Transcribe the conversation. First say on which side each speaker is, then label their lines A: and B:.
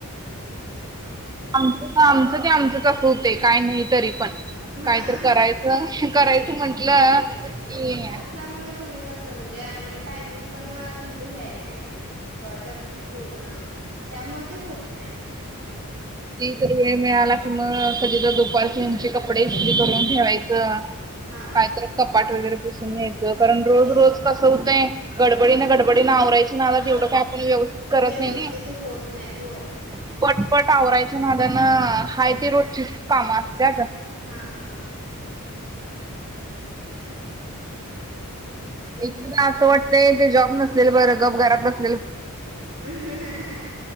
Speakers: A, on the right; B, on the right.
A: आमच का आमचं ते आमचंच असं होतंय नाही तरी पण
B: हा
A: कायतंर करायचं करायचं म्हटलं की
B: त्यामुळे तुम्ही कसं म्हणजे आणि टायमिंग पण तुमचं हे आहे नाही बड पूर्ण त्यामुळे ते होत नाही
A: कधी तर वेळ मिळाला कि मग कधी तर दुपारची हेंची कपडे इस्त्री करून ठेवायचं
B: हा
A: काय तर कपाट वगैरे पुसून घ्यायचं कारण रोज
B: घ्यायचं
A: रोज कस हुतंय गडबडीनं गडबडीनं आवरायचं नादात
B: आ
A: तेवढ काय आपण व्यवस्थित करत
B: व्यवस्थित
A: नाही नाही
B: होत होय
A: पटपट आवरायच्या नादानं हाय ती रोजचीच कामं असत्यात
B: हा हा
A: एकेकदा असं वाटतय ते जॉब नसलेल बरं गप घरात बस
B: ह ह